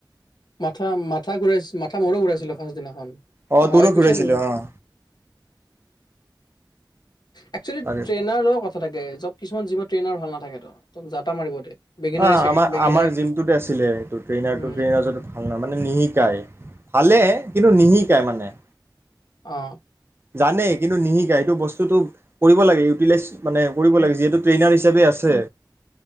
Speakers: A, on the left; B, on the right.
A: মাথা মাথা ঘূৰাইছে মাথা মোৰো ঘুৰাইছিল ফাষ্টৰ দিনাখন
B: অ
A: হয়,
B: তোৰো
A: পিছত
B: ঘূৰাইছিলে
A: উ
B: অ
A: একেচুবেলি
B: তাকে আ
A: ট্ৰেইনাৰ লগত কথা। থাকে চব কিছুমান জিম ট্ৰেইনাৰ ভাল নাথাকেতো তোক যাতা মাৰিব দে বিগিনাৰী
B: অ
A: চাগে
B: আমাৰ-আমাৰ
A: বিগিনাৰ
B: জিমটোতে আছিলে এটো ট্ৰেনাৰ
A: উম
B: এটো ট্ৰেনাৰ জনো ভাল নহয়, মানে নিশিকাই। ভালে কিন্তু নিশিকাই মানে
A: অ
B: জানেই কিন্তু নিশিকাই, সেইটো বস্তুতটো কৰিব লাগে টিলাইজ মানে কৰিব লাগে, যিহেতু ট্ৰেইনাৰ হিচাপে আছে।